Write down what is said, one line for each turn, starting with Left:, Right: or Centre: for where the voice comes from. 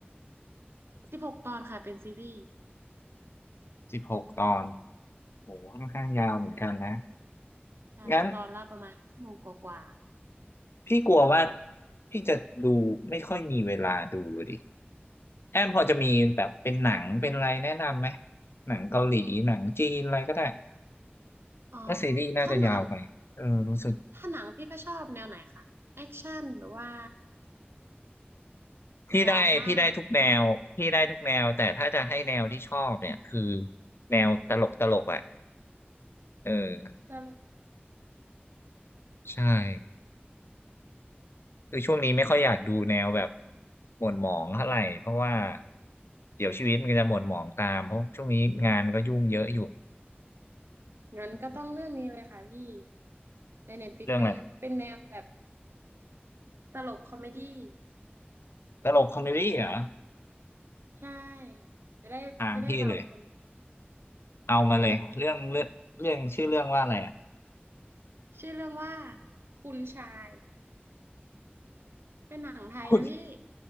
Right: ๆสิบหกตอนค่ะเป็นซีรีส์
Left: สิบหกตอนโหค่อนข้างยาวเหมือนกันนะ
Right: ใช่ตอนละประมาณชั่วโมงกว่า
Left: งั้นพี่กลัวว่าพี่จะดูไม่ค่อยมีเวลาดูดิแอมพอจะมีแบบเป็นหนังเป็นอะไรแนะนำไหมหนังเกาหลีหนังจีนอะไรก็ได้
Right: ๆอ๋อ
Left: ถ้าซีรีส์น่าจะยาวไปเออรู้สึก
Right: ถ้าหนัง ถ้าหนังพี่ก็ชอบแนวไหนคะแอคชั่นหรือว่า
Left: พี่ได้พี่ได้ทุกแนวพี่ได้ทุกแนวแต่ถ้าจะให้แนวที่ชอบเนี่ยคือ
Right: ดราม่า
Left: แนวตลกตลกอ่ะเออ
Right: จะ
Left: ใช่คือช่วงนี้ไม่ค่อยอยากดูแนวแบบหม่นหมองเท่าไหร่เพราะว่าเดี๋ยวชีวิตมันก็จะหม่นหมองตามเพราะช่วงนี้งานก็ยุ่งเยอะอยู่
Right: งั้นก็ต้องเรื่องนี้เลยค่ะพี่
Left: อืม
Right: ในเน็ตฟิกเป็นเป็นแนวแบบ
Left: เรื่องอะไร
Right: ตลกคอมเมดี้
Left: ตลกคอมเมดี้เหรอ
Right: ใช่จะได้จะได้เบาสมอง
Left: ถามพี่เลยเอามาเลยเรื่องเรื่องเรื่องชื่อเรื่องว่าอะไรอ่ะ
Right: ชื่อเรื่องว่าคุณชายเป็นหนังไทยนะพี่
Left: คุณ